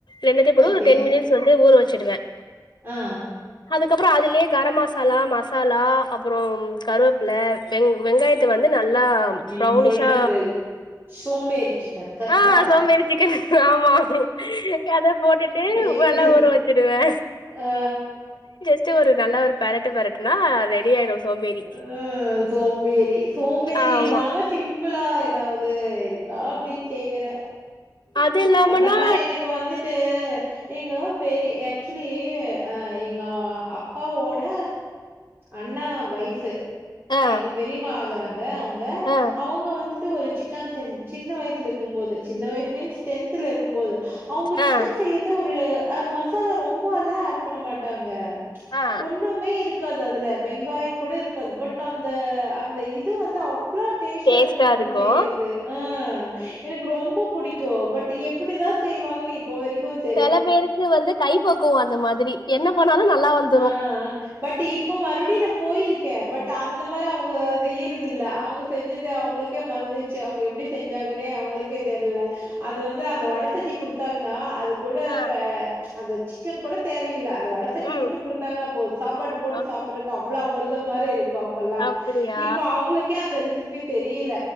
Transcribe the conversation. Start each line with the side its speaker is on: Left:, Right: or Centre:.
Left: ரெண்டுத்த போட்டு
Right: ஓகே
Left: ஒரு டென் மினிட்ஸ் வந்து ஊர் வச்சடுவேன்
Right: ஆ
Left: அதுக்கப்றோ அதுலயே கரோ மசாலா மசாலா அப்றோ கருவேப்பில வெங் வெங்காயத்த வந்து நல்லா
Right: நீ
Left: ப்ரௌனிஷா
Right: சொல்றது சோம்பேரி சிக்கன் கரெக்டா
Left: ஆ சோம்பேறி சிக்கன் ஆமா அத போட்டுட்டு
Right: ஏ
Left: நல்லா
Right: ஏ
Left: ஊற வச்சுடுவே
Right: அ
Left: அடுத்து ஒரு நல்ல ஒரு பெரட்டு பெரட்டுனா ரெடி ஆயிடு சோம்பேறி
Right: ஆ சோம்பேரி சோம்பேரி
Left: ஆமா
Right: இல்லாம சிம் ம்புளா ஏதாவது இருக்கா அப்படின்னு கேக்குறே
Left: அது இல்லாமனா
Right: அந்த மாறி எனக்கு வந்து ஆ எங்க பெரி ஆக்சுவலி ஆ எங்க அப்பாவோ ட அண்ணா வைஃப்
Left: ஆ
Right: எங்க பெரியமா ஆகுறாங்க அவங்க
Left: ஆ
Right: அவங்க வந்துட்டு ஒரு சிக் க்கான் செஞ் சின்ன வயசுல இக்கும் போது சின்ன வயசு மீன்ஸ் டென்த்ல இருக்கும்போது அவங்க சிக்கன்
Left: ஆ
Right: செய்யறது ஒரு ஆ ம மசாலா ரொம்ப எல்லாம் ஆட் பண்ண மாட்டாங்க
Left: ஆ
Right: ஒண்ணுமே இருக்காது அதுல வெங்காயம் கூட இருக் காது பட் அந்த அந்த இது வந்து அவ்வளோ டேஸ்டா
Left: டேஸ்ட்டா
Right: இருக்கும் அவங்க
Left: இருக்கு
Right: செய்யறது ஆ எனக்கு ரொம்ப பிடிக்கும் பட் எப்படிதான் செய்வாங்கன்னு இப்ப வரைக்கும் தெ
Left: சில பேருக்கு வந்து கைப்பக்குவம் அந்த மாதிரி என்ன பண்ணாலும் நல்லா வந்துரும்
Right: ஆ பட் இப்ப மறுபடியும் நம் போயிருக்கே பட் அந்த மாறி அவங்க செய்யறது இல்ல அவங்க செஞ்சது அவங்களுக்கே மறந்து ச்சு அவங்க எப்படி செஞ்சாங்கன்னே அவங்களுக்கே தெர்ல அது வந்து அந்த வடசட்டி குடுத்தாங்கன்னா அது கூட இப்ப
Left: ஆ
Right: அந்த சிக்கன் கூட தேவையில்ல அந்த வட சட்டி
Left: ம்
Right: மட்டும் குடுத்தாங்கன்ன போதும் சாப்பாடு
Left: ஓகே
Right: போட்டு சாப்பற்றக்கு அவ்வளவு அமிர்தம் மாறி இருக்கும் அப் ப்பல்ல
Left: அப்படியா
Right: இப்ப அவங்களுக்கே அந்த ரெசிபி தெரியில